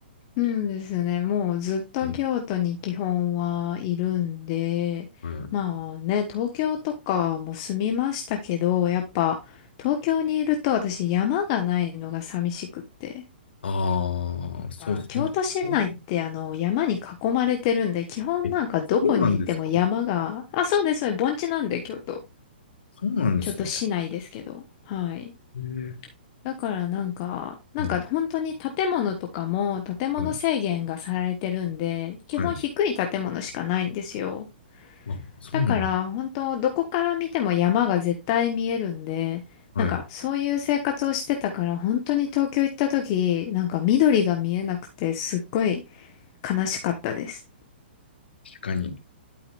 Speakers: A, on the left; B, on the left.
A: うんですね。もうずっと京都に基本はいるんで、
B: うん、はい。
A: まあね、東京とかも住みましたけど、やっぱ東京にいると私山がないのが寂しくって。
B: ああー、そうそう。
A: あ京都市内ってあの山に囲まれてるんで、
B: 本当
A: 基本なんかどこにいても山が、
B: え、そうなんですか
A: あ、そうです、そうです、盆地なんで京都。
B: そうなんですね。
A: 京都市内ですけど。はい。
B: えー、
A: だからなんか、なんか本当に建物とかも建物制限がされてるんで、
B: うん、はい、
A: 基本低い建物しかないんですよ。
B: はい。あ、そうなん
A: だから本当どこから見ても山が絶対見えるんで、
B: はい、
A: なんかそういう生活をしてたから本当に東京行った時、
B: 確
A: なんか緑が見えなくてすっごい悲しかったです。
B: かに。